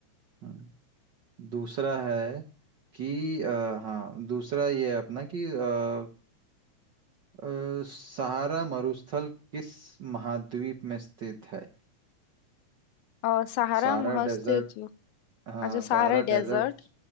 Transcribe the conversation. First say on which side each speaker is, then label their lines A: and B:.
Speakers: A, on the right; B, on the left.
A: हम्म। दूसरा है कि अ, हाँ दूसरा ये है अपना कि अ, अ, सहारा मरुस्थल किस महाद्वीप में स्थित है
B: और सहारा
A: Sahara
B: महासागरीय
A: desert हाँ
B: अच्छा सहारा
A: सहारा
B: डेजर्ट
A: डेजर्ट